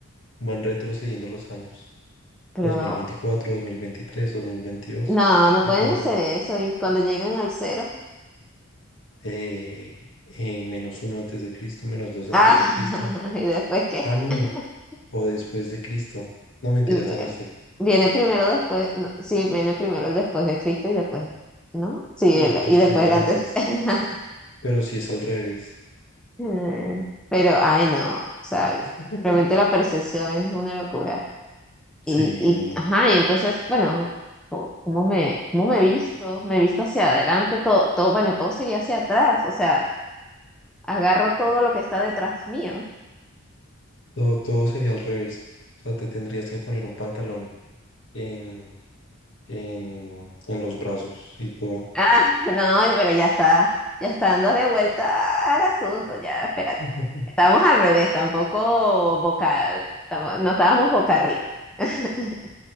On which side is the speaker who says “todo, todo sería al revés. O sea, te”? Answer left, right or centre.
Left